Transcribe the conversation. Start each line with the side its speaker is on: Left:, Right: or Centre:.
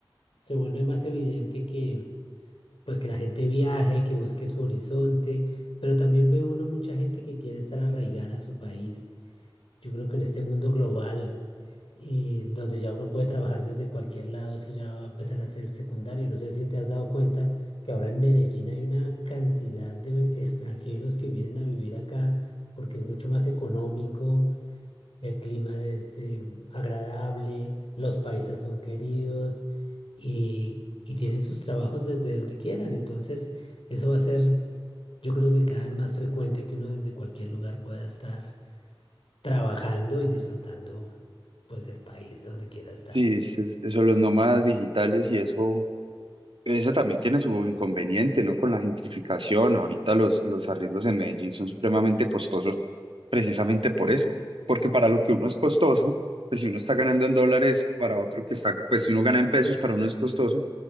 Left: se vuelve más evidente que, pues, que la gente viaje, que busque su horizonte, pero también ve uno mucha gente que quiere estar arraigada a su país Yo creo que en este mundo global, y donde ya uno puede trabajar desde cualquier lado, eso ya va a empezar a ser secundario. No sé si te has dado cuenta que ahora en Medellín hay una cantidad de extranjeros que vienen a vivir acá porque es mucho más económico, el clima es eh, agradable, los paisas son queridos y, y tienen sus trabajos desde donde quieran. Entonces, eso va a ser, yo creo que cada vez más frecuente que uno desde cualquier lugar pueda estar trabajando y disfrutando pues el país donde quiera estar.
Right: Sí, es- es- eso, los nómadas digitales y eso, eso también tiene su inconveniente, ¿no? Con la gentrificación, ahorita los, los arriendos en Medellín son supremamente costosos precisamente por eso, porque para lo que uno es costoso, pues si uno está ganando en dólares, para otro que está, pues si uno gana en pesos, para uno es costoso,